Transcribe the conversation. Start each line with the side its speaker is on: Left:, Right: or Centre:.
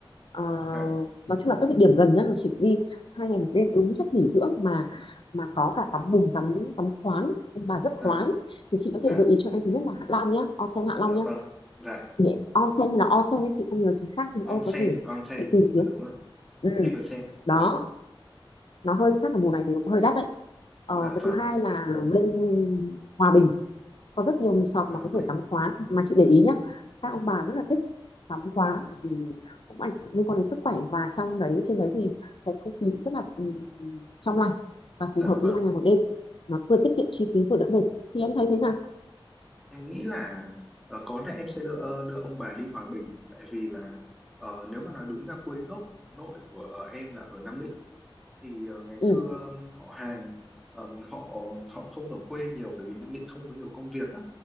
Left: ờ,
Centre: dạ,
Left: nói chung là các địa điểm gần nhá chị đi hai ngày một đêm đúng chất nghỉ dưỡng mà mà có cả tắm bùn tắm tắm khoáng ông bà rất
Centre: dạ,
Left: khoái thì chị có thể
Centre: dạ,
Left: gợi ý cho em thứ nhất là Hạ Long nhá onsen Hạ Long
Centre: dạ
Left: nhá
Centre: vâng. Dạ,
Left: nhẹ- onsen hay là onsen thì chị không nhớ chính xác thì em
Centre: onsen,
Left: có thể
Centre: onsen,
Left: tự tìm kiếm
Centre: à, đúng rồi.
Left: ừ.
Centre: em vừa xem
Left: đó
Centre: dạ
Left: nó hơi chắc là mùa này thì cũng hơi đắt đấy ờ,
Centre: dạ
Left: cái
Centre: vâng
Left: thứ hai là lên Hòa Bình có rất nhiều resort
Centre: hòa
Left: mà có
Centre: bình
Left: thể tắm khoáng mà chị để ý nhá các ông bà rất là thích tắm khoáng bởi vì cũng ảnh liên quan đến sức khỏe và trong đấy trên đấy thì cái không khí cũng rất là ừm, trong lành và
Centre: dạ
Left: phù hợp đi
Centre: vâng
Left: hai ngày một đêm nó vừa tiết kiệm chi phí vừa đỡ mệt thì em thấy thế nào
Centre: em nghĩ là ờ, có lẽ em sẽ đưa đưa ông bà đi hòa bình tại vì là ờ, nếu mà nói đúng ra quê gốc nội của ờ, em là ở Nam Định thì ờ, ngày xưa
Left: ừ
Centre: họ hàng ừm, họ họ không ở quê nhiều bởi vì Nam Định không có nhiều công việc á